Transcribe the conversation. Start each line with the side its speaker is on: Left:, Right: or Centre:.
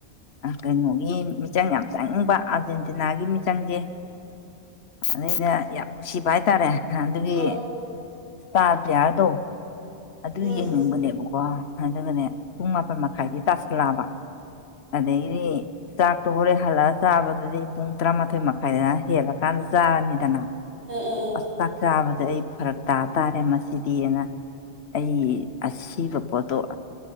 Left: ꯀꯩꯅꯣꯒꯤ ꯃꯤꯆꯪ ꯌꯥꯝ ꯆꯪꯕ ꯑꯥꯔꯖꯦꯟꯇꯤꯅꯥꯒꯤ ꯃꯤꯆꯪꯁꯦ ꯑꯗꯩꯗ ꯌꯥꯝ ꯅꯨꯡꯁꯤꯕ ꯍꯥꯏꯇꯥꯔꯦ ꯍꯥ ꯑꯗꯨꯒꯤ
Right: ꯑꯥ
Left: ꯁ꯭ꯇꯥꯔ ꯄꯤꯌꯥꯔꯗꯣ ꯑꯗꯨ
Right: ꯎꯝ
Left: ꯌꯦꯡꯅꯤꯡꯕꯅꯦꯕꯀꯣ ꯑꯗꯨꯒꯅꯦ ꯄꯨꯡ ꯃꯥꯄꯟ ꯃꯈꯥꯏꯗꯤ ꯇꯥꯁꯜꯂꯛꯑꯕ ꯑꯗꯒꯤꯗꯤ ꯆꯥꯛ ꯑꯗꯣ ꯍꯣꯔꯦꯜ ꯍꯜꯂꯛꯑꯒ ꯆꯥꯕꯗꯗꯤ ꯄꯨꯡ ꯇꯔꯥꯃꯥꯊꯣꯏ ꯃꯈꯥꯏ ꯇꯥꯏ ꯍꯦꯜꯂ ꯀꯥꯟꯗ ꯆꯥꯔꯅꯤꯗꯅ
Right: ꯎꯝ ꯑꯥ ꯑꯥ
Left: ꯑꯁ ꯆꯥꯛ ꯆꯥꯕꯗ ꯑꯩ ꯐꯔꯛ ꯇꯥꯕ ꯇꯥꯔꯦ ꯃꯁꯤꯗꯤ ꯍꯥꯏꯅ ꯑꯩ ꯑꯁꯤꯕ ꯄꯣꯠꯇꯣ